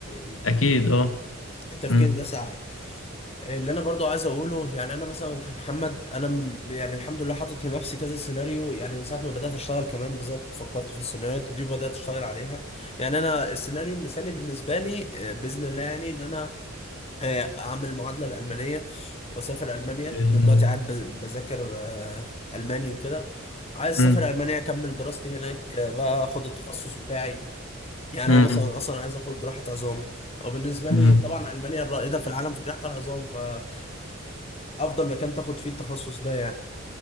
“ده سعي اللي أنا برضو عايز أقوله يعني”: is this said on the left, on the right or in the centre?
Left